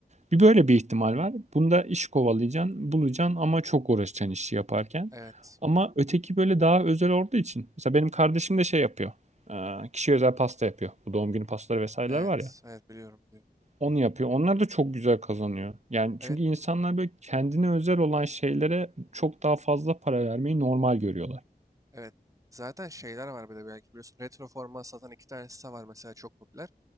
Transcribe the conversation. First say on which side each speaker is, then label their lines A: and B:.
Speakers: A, on the right; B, on the right.
A: Bir böyle bir ihtimal var. Bunda iş kovalayacaksın, bulacaksın ama çok uğraşacaksın işi yaparken.
B: Evet.
A: Ama öteki böyle daha özel olduğu için. Mesela benim kardeşim de şey yapıyor. Ee, Kişiye özel pasta yapıyor. Bu doğum günü pastaları vesaireler
B: Evet.
A: var ya.
B: Evet biliyorum. biliyorum.
A: Onu yapıyor. Onlar da çok güzel kazanıyor. Yani
B: Evet
A: çünkü insanlar böyle kendine özel olan şeylere çok daha fazla para vermeyi normal görüyorlar.
B: Evet. Zaten şeyler var bir de belki biliyorsun. Retro forma satan iki tane site var mesela çok popüler.